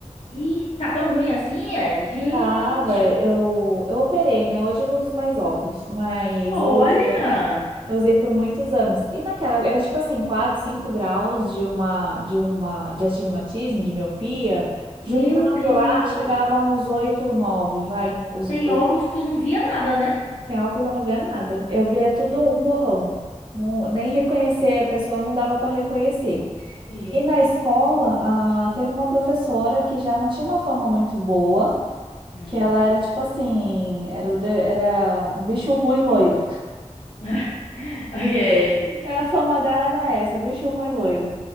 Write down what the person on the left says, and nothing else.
E tá tão ruim assim, é? Gente,
olha!
Meu Deus!
Sem
óculos, tu não via nada, né?
E-
hum.
<laughs> Ok.